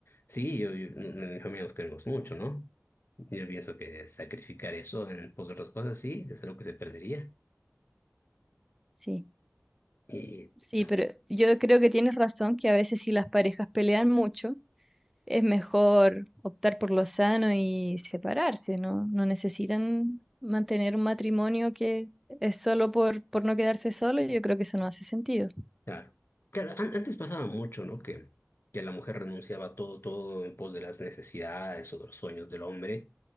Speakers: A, on the left; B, in the centre.
A: sí, yo, yo- en mi familia nos queremos mucho, ¿no? Yo pienso que sacrificar eso en pos de otras cosas, sí, es algo que se perdería.
B: Sí,
A: Y,
B: sí,
A: pues,
B: pero yo creo que tienes razón que a veces si las parejas pelean mucho, es mejor optar por lo sano y separarse, ¿no? No necesitan mantener un matrimonio que es solo por, por no quedarse solo, yo creo que eso no hace sentido.
A: claro, claro, an- antes pasaba mucho, ¿no? Que, que la mujer renunciaba a todo, todo en pos de las necesidades o de los sueños del hombre.